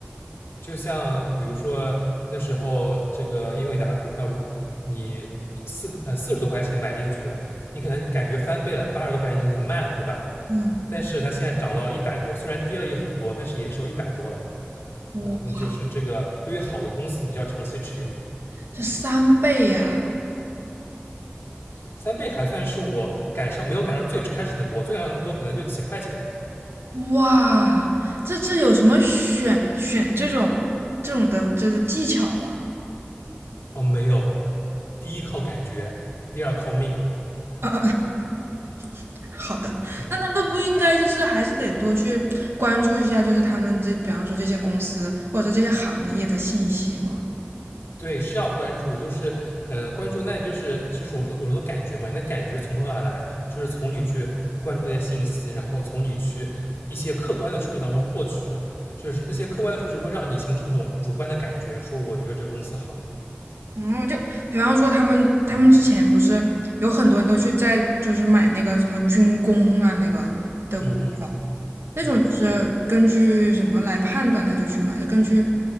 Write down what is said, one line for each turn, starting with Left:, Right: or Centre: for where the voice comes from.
Left: 就像比如说那时候这个英伟达的股票，如你四呃四十多块钱买进去的，你可能感觉翻倍了，八十多块钱你就想卖了，对吧？
Right: 嗯，
Left: 但是它现在涨到了一百多，虽然跌了也很多，但是也收有一百多了。
Right: 我
Left: 嗯，那就是这个对于好的公司，你就要长期持有。
Right: 这三倍呀、
Left: 三倍还算是我赶上没有赶上最开始那波，最赶上那波可能就几块钱
Right: 哇，这这有什么选选这种这种的这个技巧啊？
Left: 哦，没有。第一靠感觉，第二靠命。
Right: 呃，<laughs> 好的，
Left: 嗯，
Right: 那难道不应该就是还是得多去关注一下，就是他们这比方说这些公司或者说这些行业的信息吗？
Left: 对，是要关注，就是呃，关注那就是就是我说我说的感觉嘛，你的感觉从何而来？就是从你去关注那些信息，然后从你去一些客观的数据当中获取的，就是那些客观的数据会让你形成一种主观的感觉，说我觉得这个公司好。
Right: 嗯，就比方说他们他们之前不是有很多人都去在就是买那个什么军工啊那个的股票，
Left: 嗯嗯嗯。
Right: 那种就是根据什么来判断他就去买，
Left: 嗯
Right: 就根据